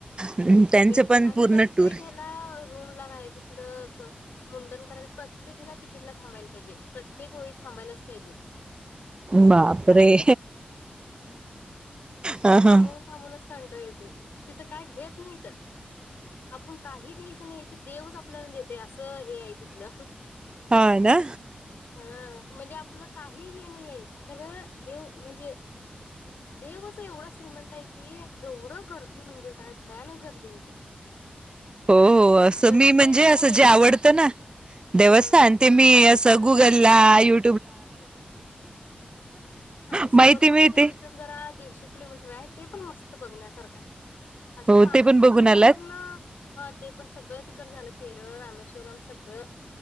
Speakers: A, on the right (about 25°); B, on the left (about 85°).
A: त्यांचं
B: गर्दी
A: पण
B: आणि
A: पूर्ण
B: प्रत्येक
A: टूर
B: हे ला रूम ला राहायचं असेल मुंडन करायला प्रत्येकला तिकीटला थांबायला पाहिजे प्रत्येक वेळी थांबायलाच पाहिजे
A: बापरे
B: असं
A: ह
B: ते थांबून
A: हा
B: थांबूनच कंटाळा तिथं काय घेत नाहीत आपण काही द्यायचं नाही ते देवच आपल्याला देते असं हे आहे तिथलं
A: हा ना
B: हा म्हणजे आपलं काही हे नाहीय खरं देव म्हणजे देवच एवढा श्रीमंत आहे कि एवढं गर्दी म्हणजे काय भयानक गर्दी तिथं
A: हो हो असं
B: प्रत्येक
A: मी म्हणजे
B: ह्याला
A: असं
B: वेटिंगला
A: जे आवडतं ना देवस्थान
B: हा
A: ते मी असं
B: हा
A: गुगलला यु
B: आणि सुवर्ण
A: माहिती मिळते
B: मंदिर तिथून जरा दीडशे किलोमीटर आहेत. ते पण मस्त बघण्यासारखं आहे असं
A: हो
B: पाण्यात
A: ते पण
B: आहे
A: बघून
B: पूर्ण
A: आलात
B: ह ते पण सगळं तिकडे झालं केरळ, रामेश्वर सगळं